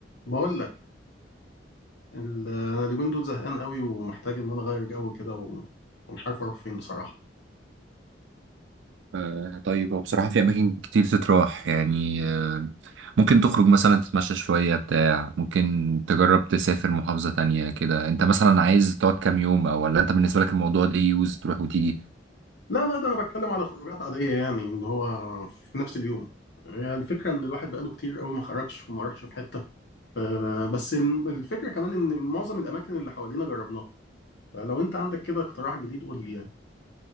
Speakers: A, on the left; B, on the right.
A: بقول لك ال- انا اليومين دول زهقان قوي ومحتاج ان انا اغير جو كده و- ومش عارف اروح فين بصراحه
B: آه، طيب هو بصراحة في أماكن كتير تتراح يعني آه، ممكن تخرج مثلا تتمشى شوية بتاع ممكن تجرب تسافر محافظة تانية كده أنت مثلا عايز تقعد كام يوم أو ولا أنت بالنسبة لك الموضوع ليه يوز تروح وتيجي
A: لا لا ده انا بتكلم على خروجات عاديه يعني اللي هو في نفس اليوم يعني الفكره ان الواحد بقاله كتير قوي ما خرجش وما راحش في حته ف- بس الم- الفكره كمان ان معظم الاماكن اللي حوالينا جربناها فلو انت عندك كده اقتراح جديد قول لي يعني